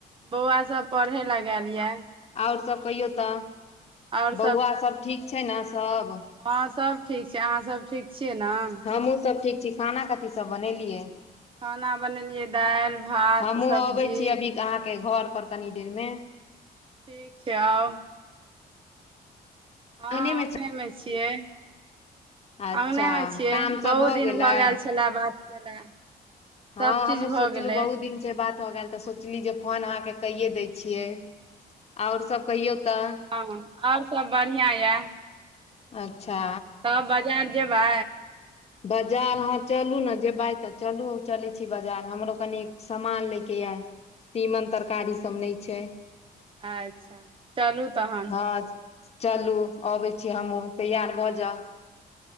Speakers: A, on the right (about 30°); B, on the left (about 40°).
A: बौआ सभ पढ़े लए गेल ये
B: आओर सभ कहियौ तऽ
A: आओर
B: बौआ सभ ठीक छै। ने सभ
A: हँं सभ ठीक छै। अहाँ सभ ठीक छियै ने
B: हमहूँ सभ ठीक छी। खाना कथीसभ बनेलियै?
A: खाना बनेलियै दालि भात
B: हमहु
A: सब्जी
B: अबै छी अभी आहाँके घर पर कनी देरमे
A: ठीक छै। आउ हँ
B: अंगने मे
A: अंगनेमे छियै
B: अच्छा
A: अंगनेमे छियै
B: काम सब
A: बहुत दिन
B: गेलै
A: भऽ गेल छलय बात केला
B: हँ
A: सभ
B: हमहुं
A: चीज भऽ
B: सोचलु
A: गेलै
B: बहुत दिन जे बात हो गेल तऽ सोचली जे फोन अहाँके कहि दैय छियै आऔर सभ कहियो तऽ
A: हँ और सभ बढ़िया य‌ए
B: अच्छा
A: तब बजार जेबै?
B: बाजार आहाँ चलू ने जेबै तऽ चलू चलै छी। बाजार हमरो कनि सामान लैके यऽ तीमन तरकारी सभ नहि छै।
A: अच्छा चलू तहन
B: हँ चलू अबै छी हमहुँ तैयार भऽ जाउ